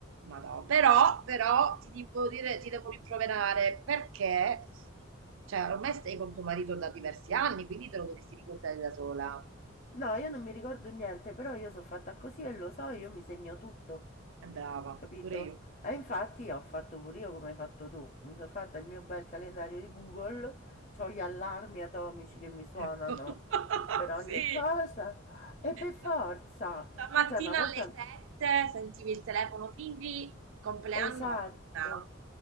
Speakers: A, on the right; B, on the left.
A: ma no, però, però ti devo dire, ti devo rimproverare perché, cioè, ormai stai con tuo marito da diversi anni, quindi te lo dovresti ricordare da sola.
B: No, io non mi ricordo niente, però io sono fatta così e lo so, io mi segno tutto,
A: È brava,
B: capito?
A: pure io.
B: E infatti ho fatto pure io come hai fatto tu, mi sono fatta il mio bel calendario di Google, ho gli allarmi atomici che mi suonano
A: Ecco, <laughs>
B: per ogni cosa
A: sì.
B: e per forza,
A: Sta stamattina
B: cioè una volta...
A: alle 7 sentivi il telefono, "Tindri, compleanno
B: Esatto.
A: Anna",